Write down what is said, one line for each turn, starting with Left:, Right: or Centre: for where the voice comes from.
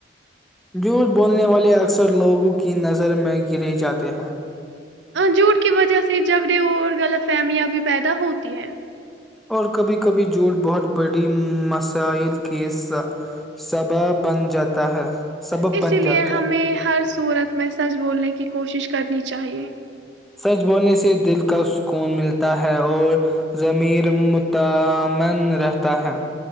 Centre: جھوٹ بولنے والے اکثر لوگوں کی نظر میں گرے جاتے ہیں
Right: جھوٹ کی وجہ سے جھگڑے اور غلط فہمیاں بھی پیدا ہوتی ہے
Centre: اور کبھی کبھی جھوٹ بہت بڑی مسائل کے سبا بن جاتا ہے سبب
Right: اس
Centre: بن
Right: لیے
Centre: جاتا
Right: ہمیں
Centre: ہے
Right: ہر صورت میں سچ بولنے کی کوشش کرنی چاہیے
Centre: سچ بولنے سے دل کا سکون ملتا ہے اور ضمیر متن رہتا ہے